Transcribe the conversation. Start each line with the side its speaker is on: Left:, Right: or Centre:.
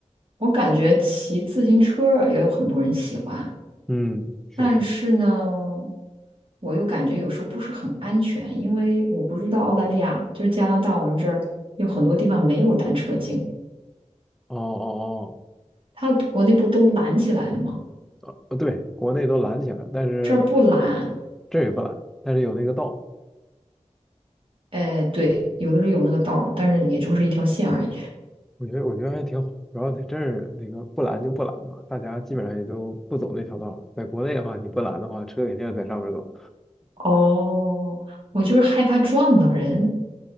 Right: 我感觉骑自行车也有很多人喜欢。
Centre: 嗯，确实。
Right: 但是呢，我又感觉有时候不是很安全，因为我不知道澳大利亚，就是加拿大，我们这儿有很多地方没有单车径，
Centre: 哦哦
Right: 它国内不都拦起来了吗？
Centre: 哦，呃，哦对，国内都拦起来了，但是
Right: 这儿不拦，
Centre: 这也不拦，但是有那个道。
Right: 哎，对，有的时候有那个道儿，但是也就是一条线而已。
Centre: 我觉得我觉得还挺好，主要在这儿那个不拦就不拦吧，大家基本上也都不走那条道儿在国内的话，你不拦的话，车肯定在上面走。
Right: 哦，我就是害怕撞到人，